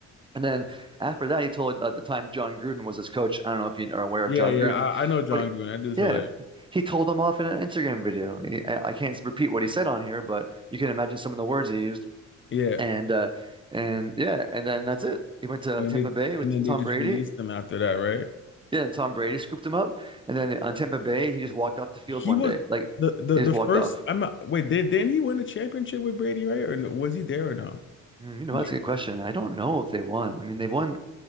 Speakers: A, on the right (about 15°); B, on the left (about 40°).
A: And then after that, he told uh, at the time John Gruden was his coach. I don't know if you are aware of
B: Yeah,
A: John
B: yeah.
A: Gruden,
B: I, I know John
A: but he,
B: Green. That dude's
A: yeah,
B: hilarious.
A: he told him off in an Instagram video. He, I, I can't repeat what he said on here, but you can imagine some of the words he used.
B: Yeah.
A: And uh and yeah, and then that's it. He went to
B: And then
A: Tampa
B: they
A: Bay with
B: and then
A: Tom
B: they just
A: Brady.
B: released him after that, right?
A: Yeah, and Tom Brady scooped him up. And then on Tampa Bay, he just walked off the field
B: He
A: one
B: was
A: day. Like
B: the the
A: he
B: the
A: just walked
B: first.
A: off.
B: I'm not, wait. Did didn't he win a championship with Brady, right? Or no, was he there or no?
A: Hmm, you know,
B: Like,
A: that's a good question. I don't know if they won. I mean, they won.